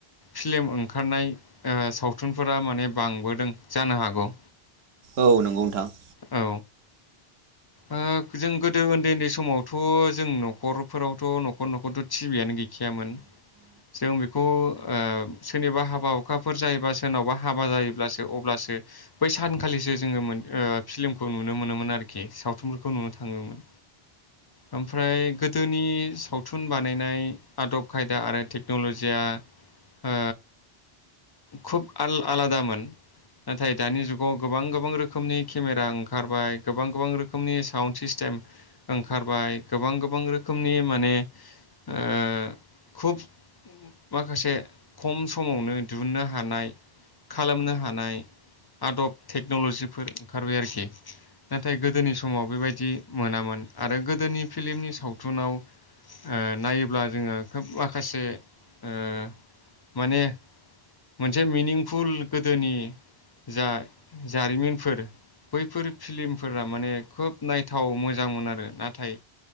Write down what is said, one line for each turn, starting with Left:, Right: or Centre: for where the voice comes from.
Left: फिल्म ओंखारनाय ओ सावथुनफोरा माने बांबोदों जानो हागौ।
Right: औ नंगौ नोंथां।
Left: औ ओ जों गोदो उन्दै उन्दै समावथ' जों न'खरफोरावथ' न'खर न'खरथ' टिभियनो गैखायामोन। जों बेखौ ओ सोरनिबा हाबा हुखाफोर जायोबा सोरनावबा हाबा जायोब्लासो अब्लासो बै सानखालिसो जोङो मोन ओ फिलिमखौ नुनो मोनोमोन आरोखि साव थुनफोरखौ नुनो थाङोमोन। ओमफ्राय गोदोनि सावथुन बानायनाय आदब खायदा आरो टेक्न'लजिया ओ खुब आल आलादामोन नाथाय दानि जुगाव गोबां गोबां रोखोमनि केमेरा ओंखारबाय गोबां गोबां रो खोमनि सावन सिस्टेम ओंखारबाय, गोबां गोबां रोखोमनि माने ओ खुब माखासे खम समावनो दिहुननो हानाय खालामनो हानाय आदब टेक्नलजिफोर ओंखारबाय आरोखि। नाथाय गोदोनि स माव बेबायदि मोनामोन आरो गोदोनि फिलमनि सावथुनाव ओ नायोब्ला जोङो खोब माखासे ओ माने मोनसे मिनिंफुल गोदोनि जा जारिमिनफोर बैफोर फिलिमफोरा माने खोब नायथाव मोजांमोन आरो नाथाय